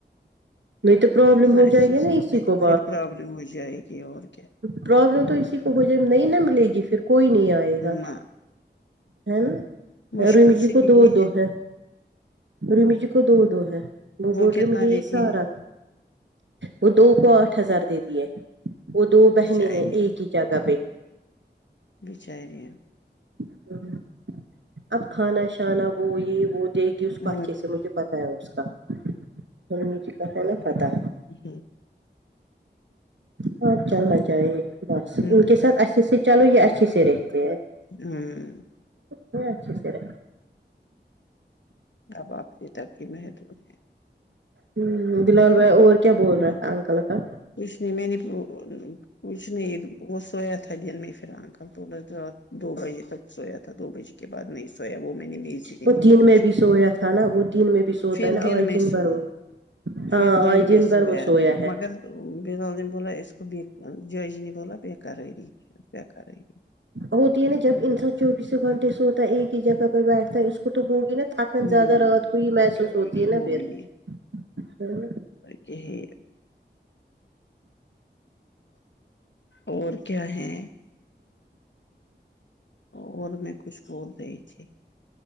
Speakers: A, on the right; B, on the left.
A: نہیں تو پرابلم
B: اتنا
A: ہو
B: اچھے
A: جائے گی
B: سے
A: نا اسی
B: نہیں
A: کو
B: پھر پرابلم ہو جائے گی اور کیا
A: پروابلم تو اسی کو ہو جائے نہیں ن ملے گی پھر کوئی نہیں آئے گا
B: نہ
A: ہے نا
B: مشکل
A: رومی جی
B: سے
A: کو
B: ملی
A: دو دو ہے رمی جی کو دو دو ہیں وہ بولے
B: کتنا
A: مجھے
B: دیتی
A: یہ سارا
B: ہے
A: وہ دو کو آٹھ ہزار دے دیے وہ دو بہنیں
B: بچاریاں
A: ہیں ایک ہی جگہ پہ
B: بچار ہیں
A: ہ اب کھانا شانا وہ یہ وہ دے گی اس کوچی
B: ہ
A: سے مجھے پتا ہے اس کا س مٹ کاال پتا
B: جی
A: اب چلنا چاہیے بس
B: ہ
A: ان کے ساتھ اچھے سے لو یہ اچھی سے رہتے ہیں
B: ہوں
A: ہوچے سرا
B: اب آپ یہ تف ہی محدود ہیں
A: ہ بلال بھائی اور کیا بول رہا تھا ا انکل کا
B: کچ نہیں میں نے کچھ نہیں وہ سویا تھا دن میں پھر انکل تھوڑا رات دو بجے تک سویا تھا دو بجے کے بعد نہیں سویا وہ میں میں اسی لی
A: وہ
B: بولا
A: دن میں
B: مجھے
A: بھی سویا تھا نا وہ دن میں بھی سوتا
B: پھر
A: ہے نا
B: دن
A: آج
B: میں سوو
A: بھر وہ
B: ہے
A: ہاں
B: پھر دن
A: آج
B: میں
A: بھر
B: سویا
A: وہ ہے
B: مگر تو بلال دم بوللا اس کو ب جاجنی بوللا بے قرری بے قرری
A: ہوتی ہے نا جب انسان چوبیسوں گھنٹے سوتا ہے ایک ہی جگہ پر بیٹھتا ہے اس تو ہوگی نا تھکن
B: ہمم
A: زیادہ رات کوئی
B: بے
A: محسوس
B: قراری
A: ہوتی ہے
B: وہی
A: نا پھر ہوں
B: کہ اور کیا ہے اور میں کچھ بول رہی تھی